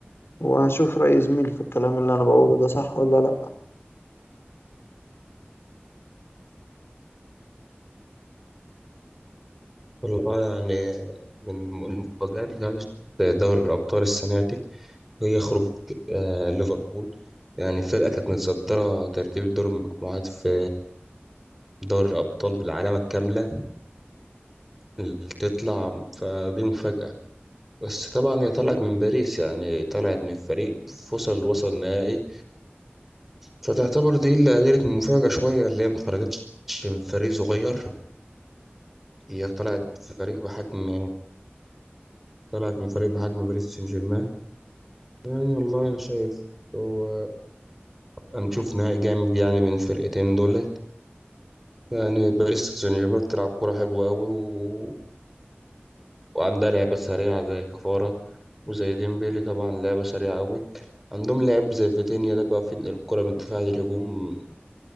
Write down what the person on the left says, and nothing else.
وهشوف رأي زميلي في الكلام اللي أنا بقوله ده صح ولا لأ